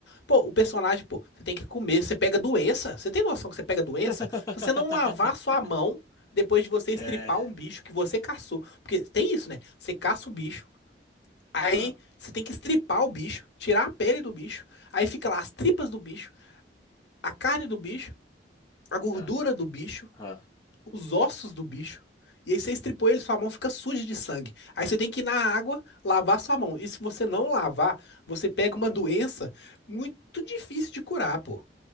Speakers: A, on the left; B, on the left.
A: Pô, o personagem, pô, você tem que comer. Você pega doença. Você tem noção que você pega doença?
B: <laughs>
A: Se você não lavar sua mão depois de você estripar
B: É.
A: um bicho que você caçou. Porque tem isso, né? Você caça o bicho. Aí
B: Ah,
A: você tem que estripar o bicho, tirar a pele do bicho, aí fica lá as tripas do bicho, a carne do bicho, a gordura
B: ah,
A: do bicho,
B: ah.
A: os ossos do bicho. E aí você estripou ele, sua mão fica suja de sangue. Aí você tem que ir na água lavar sua mão. E se você não lavar, você pega uma doença muito difícil de curar, pô.